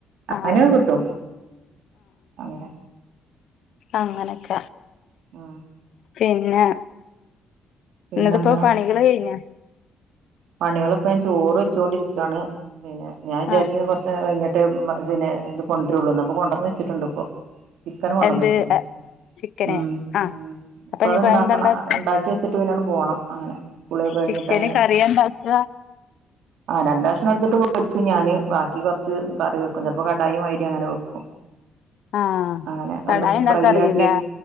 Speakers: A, on the left (about 70°); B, on the right (about 80°).
A: ആഹ്
B: അതിനൊക്കെ കിട്ടും അങ്ങനെ
A: അങ്ങനെയൊക്കെ.
B: ആഹ <inaudible>
A: പിന്നെ
B: പിന്നെന്താ
A: എന്നിട്ട് ഇപ്പൊ പണികൾ കഴിഞ്ഞോ?
B: പണികൾ ഇപ്പോ ഞാൻ ചോറ് വെച്ചുകൊണ്ടിരിക്കുകയാണ്. പിന്നെ ഞാൻ വിചാരിച്ചു
A: ആ
B: കുറ കുറച്ച് കഴിഞ്ഞിട്ട് പിന്നെ ഇതു കൊണ്ടരള്ളൂന്ന്. അപ്പൊ കൊണ്ടുവന്ന് വെച്ചിട്ടുണ്ട് ഇപ്പോ. ചിക്കന് കൊണ്ടുവന്നച്ചേ,
A: എന്ത് ചിക്കന്
B: ഉം.
A: ആ അപ്പൊ
B: അപ്പ
A: ഇനിപ്പോ
B: അത്ണ്ടാക്കണം
A: എന്താണ്ടാക്ക
B: ഉണ്ടാക്കിവെച്ച് ഉണ്ടാക്കി വെച്ചിട്ട് പോണം അങ്ങനെ കുളിയൊക്കെ കഴിഞ്ഞിട്ട്
A: ചിക്കന്
B: അങ്ങനെ
A: കറിയ എണ്ടാക്ക?
B: ആ, രണ്ട് കഷ്ണം എടുത്തിട്ട് <unintelligible> ഞാന്. ബാക്കി കുറച്ച് കറി വെക്കും. ചിലപ്പോ കടായി മാതിരി അങ്ങനെ വെക്കും.
A: ആ
B: അങ്ങനെ
A: കടായി
B: ഒന്ന്
A: ഉണ്ടാക്കാ
B: ഫ്രൈ
A: അറിയില്ല
B: ആക്കിട്ട്.